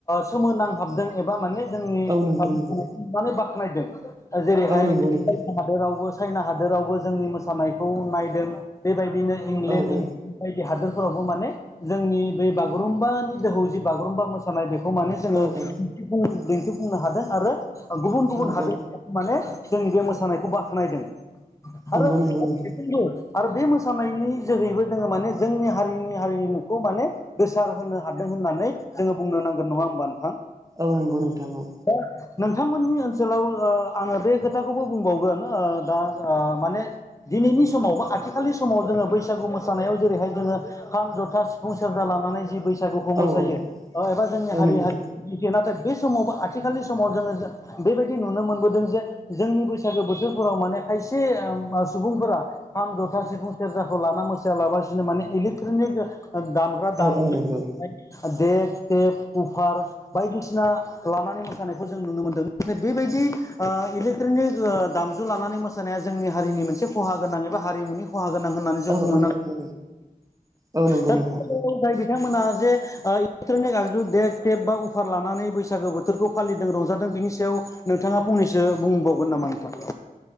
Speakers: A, on the left; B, on the right.
A: सोमोनांहाबदों एबा माने जोंनि
B: औ नंगौ
A: <unintelligible>
B: नंगौ
A: बाख्नायदों ओ जेरैहाय
B: औ नंगौ
A: <unintelligible>
B: नोंथां
A: जेरावबो चाइना हादोरावबो जोंनि मोसानायखौ नायदों बेबायदिनो इंलेण्ड
B: औ औ
A: इन बायदि हादोरफोरावबो माने जोंनि बे बागुरुम्बानि दोहौ जि बागुरुम्बा मोसा नाय बेखौ माने जोङो
B: औ
A: दिन्थिफुं दिन्थिफुंनो हादों आरो गुबुन गुबुन
B: औ
A: हादोर
B: औ
A: माने जोंनि बे मोसानायखौ बाख्नायदों आरो
B: नंगौ नंगौ नोंथां
A: बेफोरबो आरो बे मोसानायनि जोहैबो जोङो माने जोंनि हारिनि हारिमुखौ माने गोसार होनो हादों होननानै जोङो बुंनो नांगोन नङा होमबा नोंथां?
B: औ नंगौ नोंथां औ
A: <unintelligible> नोंथांमोननि ओनसोलाव ओ आङो बे खोथाखौबो बुंबावगोन ओ दा ओ माने दिनैनि समाव बा आथिखालनि समाव जोङो बैसा गु मोसानायाव जेरैहाय जोङो खाम जथा सिफुं सेरजा लानानै जि बैसागुखौ
B: औ
A: मोसायो
B: औ
A: ओ एबा जोंनि हारि
B: औ नंगौ
A: हारि <unintelligible> नाथाय बे समाव आथिखालनि समाव जोङो बेबायदि नुनो मोनबोदों जे जोंनि बैसागो बोथोरफोराव माने खायसे ओ सुबुंफोरा खाम जथा सिफुं सेरजा खौ लाना मोसाया लाबासिनो माने इलेक्ट्रनिक दामग्रा दामजु
B: औ औ नंगौ
A: देक टेप कुफार बायदिसिना लानानै मोसानायखौ जों नुनो मोनदों नाथाय बेबायदि ओ इलेक्ट्रनिक दामजु लानानै मोसा नाया जोंनि हारिनि मोनसे खहा गोनां एबा हारिमुनि खहा गोनां होननानै जों
B: औ
A: बुंनो
B: औ
A: नांग
B: नंगौ औ नंगौ
A: दा <unintelligible>
B: नोंथां
A: जाय बिथांमोना जे ओ इलेक्ट्रनिक आगजु डेग टेप बा <unintelligible> लानानै बैसागो बो बोथोरखौ फालिदों रंजादों बेनि सायाव नोंथाङा फंनैसो बुंबावगोन नामा नोंथां?